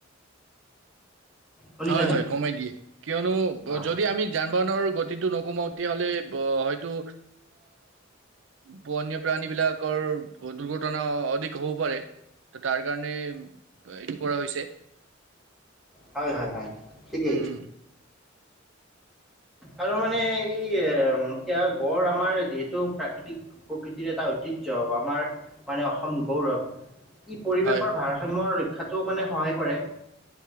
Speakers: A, in the centre; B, on the right.
A: শুনিছানে
B: হয় হয় কমাই দিয়ে কিয়নো
A: অ'।
B: যদি আমি জা বনৰ গতিটো নকৌমতি হলে ব আহ হয়টো বন্য প্ৰাণী বিলাকৰ দুৰ্ঘটনা অধিক হ'ব পাৰে ত তাৰ কাৰণে এইটো কৰা হৈছে
A: হয় হয় হয় ঠিকেই।
B: উম।
A: আৰু মানে এই এ এতিয়া গড় আমাৰ যিহেতু প্ৰাকৃতিক প্ৰকৃতিৰ এটা ঐতিহ্য। জ আমাৰ মানে অসম গৌৰৱ <unintelligible> ই, পৰিৱেশৰ
B: হয়
A: ভাৰসাম্য ৰক্ষাটো মানে সহায় কৰে।